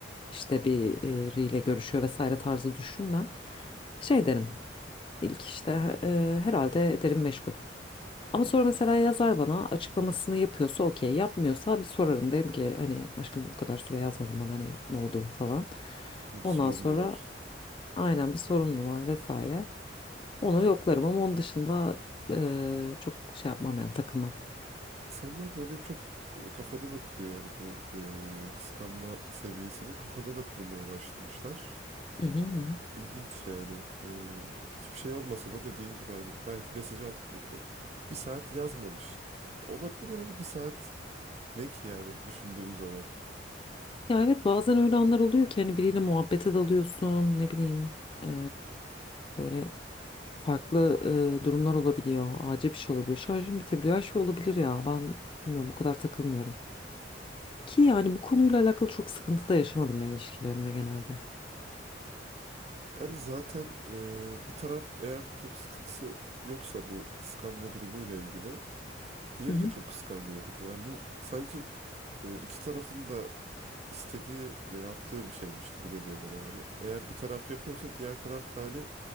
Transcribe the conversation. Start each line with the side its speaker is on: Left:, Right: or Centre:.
Left: İşte biriyle görüşüyor vesaire tarzı düşünmem. Şey derim. İlk işte e, herhalde derim meşgul. Ama sonra mesela yazar bana açıklamasını yapıyorsa okey yapmıyorsa bir sorarım. Derim ki hani aşkım bu kadar süre yazmadın bana hani ne oldu falan.
Right: bir
Left: Ondan
Right: sorun
Left: sonra
Right: var.
Left: aynen bir sorun mu var vesaire. Onu yoklarım ama onun dışında eee, çok şey yapmam yani takılmam.
Right: İnsanlar böyle çok e, kafada da kuruyor yani bu e, kıskanma seviyesini kafada da kurmaya başlamışlar.
Left: Hı hı hı. hı.
Right: İlginç yani. Ee, hiçbir şey olmasa da dediğin gibi hani belki mesaj atmıyor böyle. Bir saat yazmamış. Olabilir yani bir saat ne ki yani düşündüğün zaman.
Left: Ya evet bazen öyle anlar oluyor ki hani biriyle muhabbete dalıyorsun ne bileyim eee, böyle farklı eee, durumlar olabiliyor. Acil bir şey olabiliyor. Şarjım bitebiliyor. Her şey olabilir ya. Ben bilmiyorum o kadar takılmıyorum. Ki yani bu konuyla alakalı çok sıkıntı da yaşamadım ben ilişkilerimde genelde.
Right: Yani zaten e, bir taraf eğer çok sıkıntısı yoksa bu kıskanma durumuyla ilgili diğeri
Left: Hı hı.
Right: de çok kıskanmıyor gibi. Yani bu sanki e, iki tarafın da istediği ve yaptığı bir şeymiş gibi geliyor bana. Hani eğer bir taraf yapıyorsa diğer taraf da hani